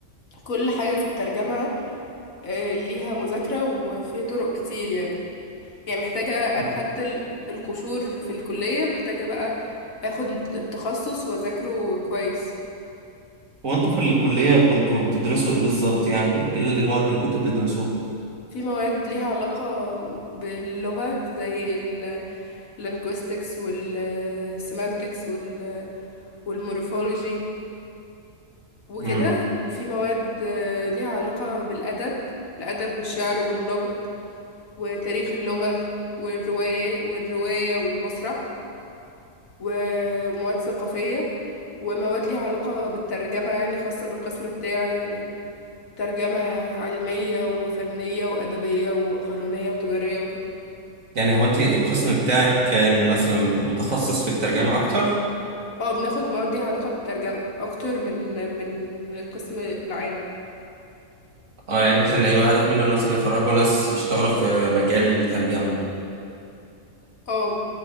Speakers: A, on the left; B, on the right.
A: كل حاجة في الترجمة آه، ليها مذاكرة وفي طرق كتير يعني يعني محتاجة انا
B: مم.
A: خدت ال- القشور في الكلية محتاجة بقى اخد التخصص واذاكره كويس
B: هو انتوا في الكلية كنتوا بتدرسوا ايه بالظبط يعني ايه المواد اللي كنتوا بتدرسوها
A: في مواد ليها علاقة باللغة زي ال linguistics وال semantics وال والمورفولوجي وكده
B: امم
A: وفي مواد آه، ليها علاقة بالأدب الأدب والشعر والنقد وتاريخ اللغة والرواية والرواية والمسرح ومواد ثقافية ومواد ليها علاقة بالترجمة يعني خاصة بالقسم بتاعي يعني ترجمة علمية وفنية وأدبية وقانونية وتجارية وكده
B: يعني هو انت القسم بتاعك كان مثلا متخصص في الترجمة اكتر
A: اه بناخد مواد ليها علاقة بالترجمة اكتر من من القسم العام
B: اه يعني مثلا ايوه هدف منه إن مثلا يخرجوا ناس يشتغلوا في مجال الترجمه
A: اه يعني